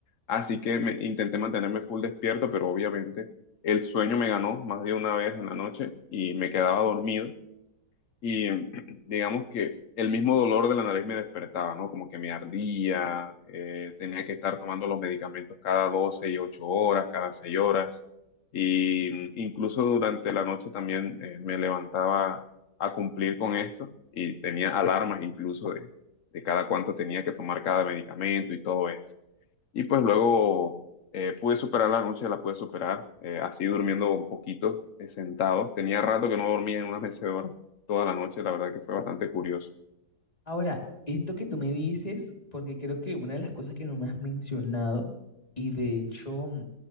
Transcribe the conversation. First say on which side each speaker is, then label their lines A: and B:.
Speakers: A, on the left; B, on the left.
A: Así que me, intenté mantenerme full despierto, pero obviamente el sueño me ganó más de una vez en la noche y me quedaba dormido. Y <clears throat> digamos que el mismo dolor de la nariz me despertaba, ¿no? Como que me ardía, eh, tenía que estar tomando los medicamentos cada 12 y 8 horas, cada 6 horas. Y mm, incluso durante la noche también eh, me levantaba a cumplir con esto y tenía alarmas incluso de, de cada cuánto tenía que tomar cada medicamento y todo esto. Y pues luego eh, pude superar la noche, la pude superar, eh, así durmiendo un poquito, eh, sentado. Tenía rato que no dormía en una mecedora toda la noche, la verdad que fue bastante curioso.
B: Ahora, esto que tú me dices, porque creo que una de las cosas que no me has mencionado, y de hecho mm,